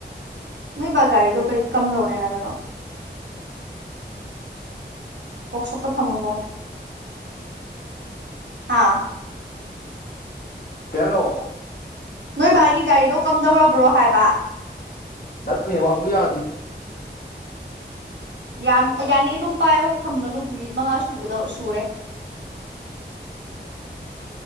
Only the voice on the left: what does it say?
ꯀꯩ ꯍꯥꯏꯅꯣ
ꯅꯪ ꯅꯦꯋꯥꯛꯇꯨ ꯌꯥꯗꯤ